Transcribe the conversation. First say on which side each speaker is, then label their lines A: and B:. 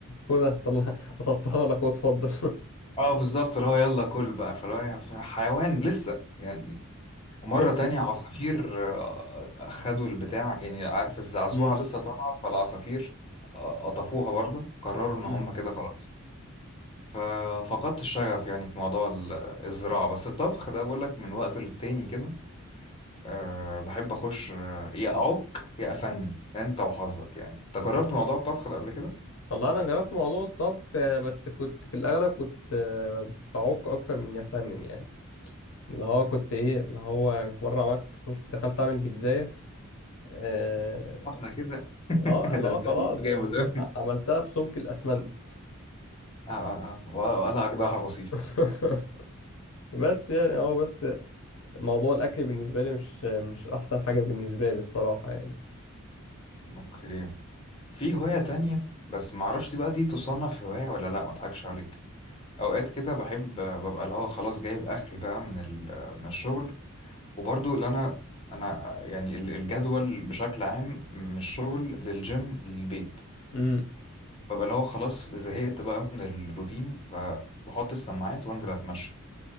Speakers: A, on the left; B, on the left.
A: خد انا هطلع هطلعها لك واتفضل
B: اه بالظبط اللي هو يلا كل بقى فاللي هو يعني حيوان لسه يعني ومرة
A: <laughs> لسه
B: تانية عصافير آه، أخدوا البتاع يعني عارف الزعزوعة
A: امم
B: لسه طالعة فالعصافير آه، قطفوها برضه قرروا إن
A: امم
B: هم كده خلاص ففقدت الشغف يعني في موضوع ال- الزراعة بس الطبخ ده بقول لك من وقت للتاني كده أه بحب أخش آه، يا أعك يا أفنن أنت وحظك يعني أنت جربت موضوع الطبخ ده قبل كده؟
A: والله انا جربت موضوع الطبخ آه، بس كنت في الاغلب كنت آه، بعك اكتر من افنن يعني اللي هو كنت ايه اللي هو في مره عملت خش دخلت اعمل بيتزاية اه
B: واحدة كده <laughs>
A: آه، اللي
B: ده
A: هو
B: أنت
A: خلاص
B: جامد أوي.
A: ع- عملتها بسمك الاسمنت
B: <laughs> آه، آه، آه، ولا أجدعها وصيف
A: <laughs> بس يعني هو بس موضوع الاكل بالنسبه لي مش مش احسن حاجه بالنسبه لي الصراحه يعني
B: اوكي في هواية تانية بس معرفش دي بقى دي تصنف هواية ولا لا ما اضحكش عليك اوقات كده بحب ببقى اللي هو خلاص جايب اخري بقى من ال- من الشغل وبرضو اللي انا انا يعني ال- الجدول بشكل عام من الشغل للجيم للبيت
A: امم
B: ببقى اللي هو خلاص زهقت بقى من الروتين فبحط السماعات وانزل اتمشى